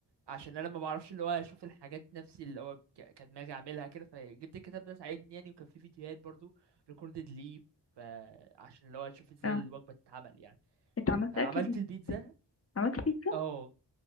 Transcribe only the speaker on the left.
اه
أنت عملت
أكل بال-
عملت بيتزا